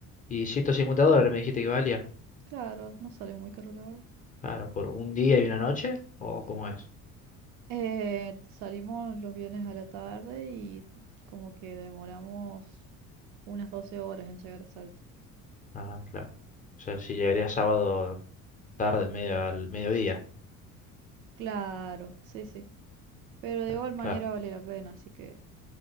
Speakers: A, on the left (about 20°); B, on the right (about 45°).
A: ¿Y 150 dólares me dijiste que valía?
B: Claro, no sale muy caro, la verdad.
A: Claro, por un día y una noche, ¿o cómo es?
B: Eh, salimos los viernes a la tarde y como que demoramos unas 12 horas en llegar a Salta.
A: Ah, claro. O sea, si llegaría sábado tarde, media, al mediodía.
B: Claro, sí, sí. Pero de
A: Claro.
B: igual manera
A: claro.
B: vale la pena, así que